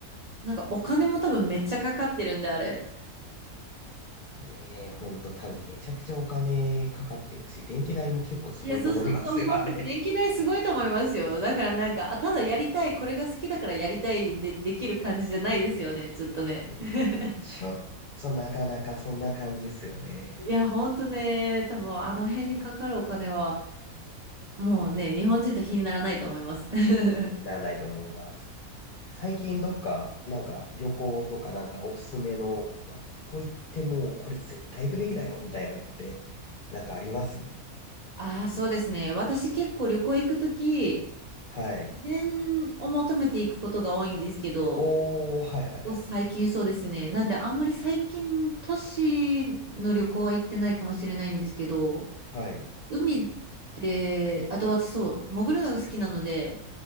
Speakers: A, on the right; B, on the left.
A: なんかお金も多分めっちゃかかってるんで、あれ。
B: ねえ、ほんと多分めちゃくちゃお金かかってるし、電気代も結構すごいと思いますよ、
A: いや、そうそうと、ほんと電気代すごいと思いますよ。
B: あれ。
A: だからなんか、あ、ただやりたい、これが好きだからやりたいでできる感じじゃないですよね、ちょっとね。
B: <laughs> ねえ、
A: <laughs>
B: ちょっとなかなかそんな感じっすよね。
A: いや、ほんとね、多分あの辺にかかるお金は、もうね、日本人と比にならないと思います。<laughs>
B: ならないと思います。最近どっか、なんか旅行とかなんかおすすめの、うわここ行ってもうこれ絶対行くべきだよ、みたいなのって、なんかあります
A: ああ、そうですね。私結構旅行行くとき、
B: はい。
A: 自然を求めていくことが多いんですけど、
B: おー、
A: こ
B: はいはいはい。
A: こ最近そうですね。なんであんまり最近都市の旅行は行ってないかもしれないんですけど、
B: はい。
A: 海って、あと私そう、潜るのが好きなので、